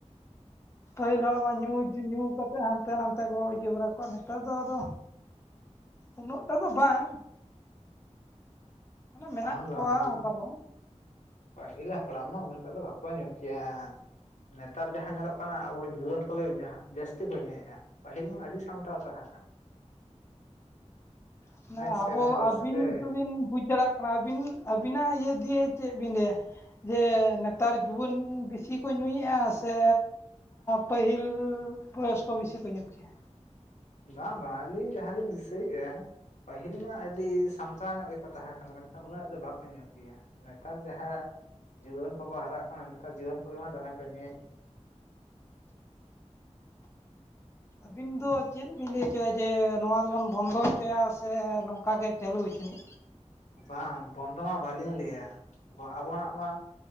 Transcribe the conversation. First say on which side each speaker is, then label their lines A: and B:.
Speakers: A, on the left; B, on the left.
A: ᱯᱟᱹᱦᱤᱞ ᱦᱚᱲ ᱢᱟ ᱧᱩ ᱧᱩ ᱠᱟᱛᱮᱫ ᱛᱮᱫ ᱦᱟᱱᱛᱮ ᱱᱟᱛᱮ ᱠᱚ ᱤᱭᱟᱹ ᱵᱟᱲᱟ ᱠᱚᱜ-ᱟ ᱱᱮᱛᱟᱨ ᱫᱚ ᱟᱫᱚ ᱩᱱᱟᱹᱜ ᱴᱟ ᱫᱚ ᱵᱟᱝ ᱢᱟᱱᱮ ᱢᱮᱱᱟᱜ
B: ᱵᱟᱝ ᱵᱟᱝ
A: ᱠᱚᱣᱟ
B: ᱟᱵᱤᱱ
A: ᱚᱱᱠᱟ ᱫᱚ
B: ᱯᱟᱦᱤᱞᱟᱜ ᱦᱟᱯᱲᱟᱢ ᱦᱚᱸ ᱩᱱᱟᱹᱜ ᱴᱟ ᱫᱚ ᱵᱟᱠᱚ ᱧᱩ ᱠᱮᱭᱟ ᱱᱮᱛᱟᱨ ᱡᱟᱦᱟᱸ ᱧᱮᱞᱚᱜ ᱠᱟᱱᱟ ᱟᱵᱚ ᱡᱩᱣᱟᱹᱱ ᱠᱚᱜᱮ ᱡᱟᱹᱥᱛᱤ ᱠᱚ ᱧᱩᱭᱮᱜᱼᱟ ᱯᱟᱹᱦᱤᱞ ᱢᱟ ᱟᱹᱰᱤ ᱥᱟᱢᱴᱟᱣ ᱛᱟᱦᱮ ᱦ
A: ᱦᱮᱸ ᱢᱟᱱᱮ
B: ᱥᱮᱨᱮᱧ
A: ᱟᱵᱚ
B: ᱨᱟᱹᱥᱠᱟᱹ
A: ᱟᱹᱵᱤᱱ ᱛᱵᱤᱱ ᱵᱩᱡ ᱫᱟᱲᱮᱭᱟᱜ ᱠᱟᱱᱟ ᱟᱹᱵᱤᱱ ᱟᱹᱵᱤᱱᱟᱜ ᱤᱭᱟᱹ ᱫᱤᱭᱮ ᱪᱮᱫ ᱵᱤᱱ ᱞᱟᱹᱭᱟ ᱡᱮ ᱱᱮᱛᱟᱨ ᱡᱩᱣᱟᱹᱱ ᱵᱮᱥᱤ ᱠᱚ ᱧᱩᱭᱮᱫᱼᱟ ᱥᱮ ᱯᱟᱹᱦᱤᱞ ᱵᱚᱭᱚᱥᱠᱚ ᱵᱤᱥᱤ ᱠᱚ ᱧᱩ ᱠᱮᱭᱟ
B: <inaudible> ᱵᱟᱝ ᱵᱟᱝ ᱟᱹᱞᱤᱧ ᱡᱟᱦᱟᱸᱞᱤᱧ ᱫᱤᱥᱟᱹᱭᱮᱫᱼᱟ ᱯᱟᱹᱦᱤᱞ ᱢᱟ ᱟᱹᱰᱤ ᱥᱟᱢᱴᱟᱣ ᱧᱚᱜ ᱜᱮᱠᱚ ᱛᱟᱦᱮᱸ ᱠᱟᱱᱟ ᱵᱟᱠᱷᱟᱱ ᱢᱮᱱᱠᱷᱟᱱ ᱩᱱᱟᱹᱜ ᱫᱚ ᱵᱟᱠᱚ ᱧᱩ ᱠᱮᱭᱟ ᱱᱮᱛᱟᱨ ᱡᱟᱦᱟᱭᱟᱜ ᱡᱩᱣᱟᱹᱱ ᱠᱚᱠᱚ ᱦᱟᱨᱟᱜ ᱠᱟᱱᱟ ᱱᱮᱛᱟᱨ ᱡᱩᱣᱟᱹᱱ ᱠᱚᱜᱮ ᱢᱟ ᱫᱚᱢᱮ ᱠᱚ ᱯᱟᱱᱮ <inaudible>
A: ᱟᱹᱵᱤᱱ ᱫᱚ ᱪᱮᱫ ᱵᱤᱱ ᱞᱟᱹᱭ ᱦᱚᱪᱚᱭᱭᱟ ᱡᱮ ᱱᱚᱣᱟ ᱫᱚᱵᱚᱱ ᱵᱚᱱᱫᱚ ᱦᱚᱪᱚᱭᱟ ᱥᱮ ᱱᱚᱝᱠᱟ ᱜᱮ ᱪᱟᱞᱩ ᱦᱚᱪᱤᱱᱤ
B: ᱵᱟᱝ ᱵᱚᱱᱫᱚ ᱢᱟ ᱵᱟᱹᱞᱤᱧ ᱞᱟᱹᱭᱟ ᱟᱵᱚᱱᱟᱜ ᱢᱟ